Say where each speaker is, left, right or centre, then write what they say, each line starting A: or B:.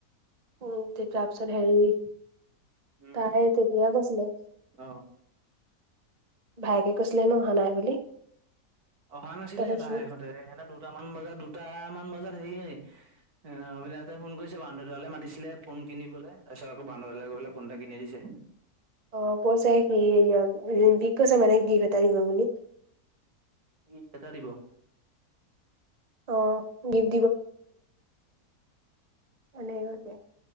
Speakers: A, on the right; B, on the right.
A: উ তে তাৰ পিছত হেৰি
B: উম
A: তাই তেতিয় কৈছিলে।
B: অ
A: ভায়েকে কৈছিলে হেনো অহা নাই বুলি-
B: অহা নাছিলে
A: তাৰপিছত
B: ভাইহঁতে
A: সি
B: সিহঁতে দুটামান বজাত দুটামান বজাত হেৰি হয়। অ অবিনাশ দা ফোন কৰিছে বান্ধৰডোৱালে মাতিছিলে ফোন কিনিবলৈ তাৰপিছতকৌ বান্ধদাল গৈ পাক ফোন এটা কিনি দিছে।
A: <inaudible> অ কৈছে কি হেৰি ৰিমপি কৈছে মানে কিফ এটা দিব বুলি।
B: ডিপ এটা দিব।
A: অ', গিফ্ট এনেই আছো